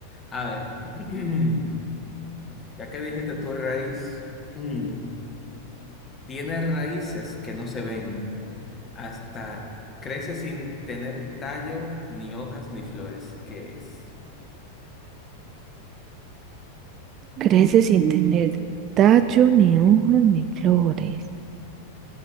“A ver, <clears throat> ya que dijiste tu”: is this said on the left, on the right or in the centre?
Left